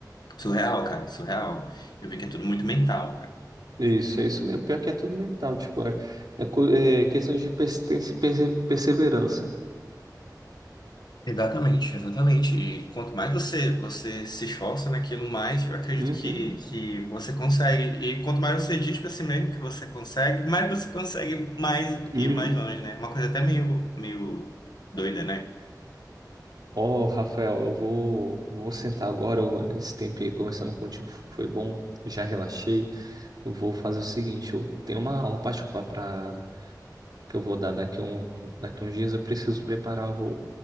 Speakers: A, on the left; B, on the right.
A: surreal, cara, surreal. Eu vi que é tudo muito mental, cara.
B: Isso, é isso mesmo. Pior que é tudo mental, tipo, é, é, co- é questão de persistência e perse- perseverança.
A: Exatamente, exatamente. E quanto mais você, você se esforça naquilo, mais eu acredito
B: Uhum,
A: que, que você consegue. E quanto mais você diz para si mesmo que você consegue, mais você consegue mais
B: uhum.
A: ir mais longe, né? Uma coisa até meio, meio doida, né?
B: Ó, Rafael, eu vou, vou sentar agora. eu- Esse tempo aí conversando contigo foi bom, já relaxei. Eu vou fazer o seguinte, eu tenho uma aula particular para que eu vou dar daqui a um, daqui a uns dias. Eu preciso preparar o,